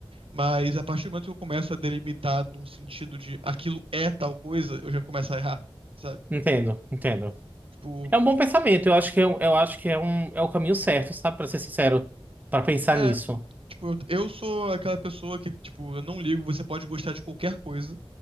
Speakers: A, on the right; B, on the right.
A: mas a partir do momento que eu começo a delimitar num sentido de aquilo é tal coisa, eu já começo a errar, sabe?
B: Entendo, entendo.
A: Tipo,
B: É um bom pensamento. Eu acho que é, um- eu acho que é um é o caminho certo, sabe? Pra ser sincero, pra pensar
A: é,
B: nisso.
A: tipo, eu eu sou aquela pessoa que, tipo, eu não ligo, você pode gostar de qualquer coisa,